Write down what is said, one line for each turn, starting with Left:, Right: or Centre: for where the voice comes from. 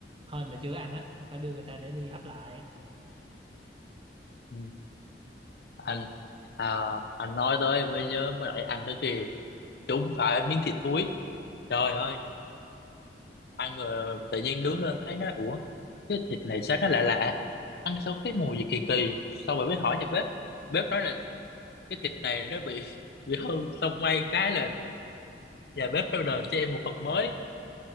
Right: hên là chưa ăn á phải đưa người ta để đi hấp lại
Left: Ừ. anh à, anh nói tới em mới nhớ mới lại ăn tới kìa chúng phải miếng thịt thúi trời ơi ăn mà tự nhiên nướng lên thấy nó ủa cái thịt này sao nó lạ lạ ăn sao có cái mùi gì kỳ kỳ xong rồi mới hỏi nhà bếp bếp nói là cái thịt này nó bị <laughs> bị hư xong may cái là nhà bếp nó đền cho em một phần mới